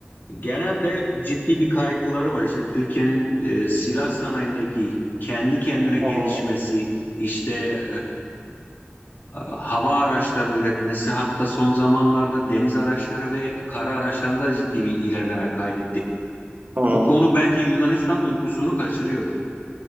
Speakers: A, on the left (about 50°); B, on the right (about 40°).
A: genelde ciddi bir kaygıları var. İşte Türkiye'nin e, silah sanayindeki kendi kendine gelişmesi,
B: Hı hı,
A: işte e, hava araçlarının üretmesi, hatta son zamanlarda deniz araçları ve kara araçlarında ciddi bir ilerleme kaydettik.
B: hı hı.
A: Bu konu bence Yunanistan'ın uykusunu kaçırıyor.